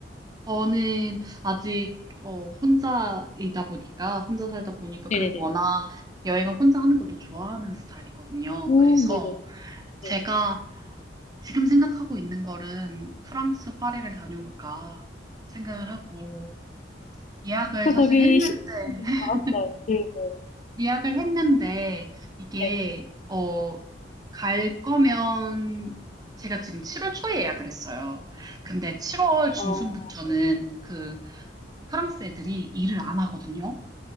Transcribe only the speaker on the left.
네네네.
오,
네네.
네.
저
거기
시간
받았어요. 네네. 네.
네.
어,